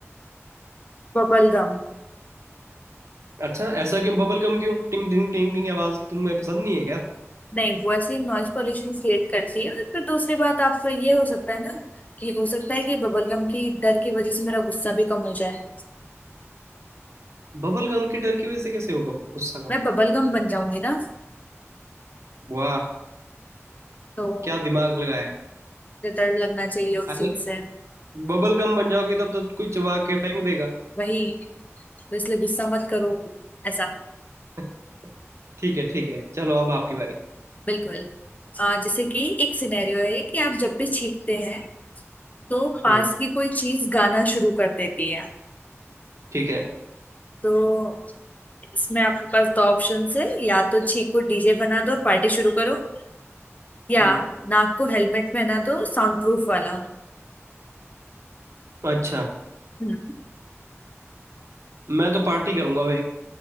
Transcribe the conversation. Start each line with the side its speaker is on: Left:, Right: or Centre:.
Left: Bubble gum
Right: अच्छा ऐसा क्यों बबल गम क्यों टिंग टिंग टिंग टिंग आवाज तुम्हें पसंद नहीं है क्या
Left: नहीं वो ऐसे ही नॉइज पॉल्यूशन क्रिएट करती है और फिर दूसरी बात आप तो ये हो सकता है ना कि हो सकता है कि बबल गम की डर की वजह से मेरा गुस्सा भी कम हो जाए
Right: बबल गम के डर की वजह से कैसे होगा गुस्सा कम
Left: मैं बबल गम बन जाऊंगी ना
Right: वाह
Left: तो
Right: क्या दिमाग लगाया है
Left: मुझे डर लगना चाहिए उस
Right: अरे
Left: चीज से
Right: बबल गम बन जाओगी तब तो कोई चबा के फेंक देगा
Left: वही तो इसलिए गुस्सा मत करो ऐसा
Right: <laughs> ठीक है ठीक है चलो अब आपकी बारी
Left: बिल्कुल आ, जैसे कि एक सिनेरियो है कि आप जब भी छींकते हैं तो पास
Right: हम्म
Left: की कोई चीज गाना शुरू कर देती है
Right: ठीक है
Left: तो इसमें आपके पास दो ऑप्शन है या तो छींको डीजे बना दो और पार्टी शुरू करो या
Right: हम्म
Left: नाक को हेलमेट में ना दो साउंड प्रूफ वाला
Right: अच्छा
Left: हम्म,
Right: मैं तो पार्टी करूंगा भाई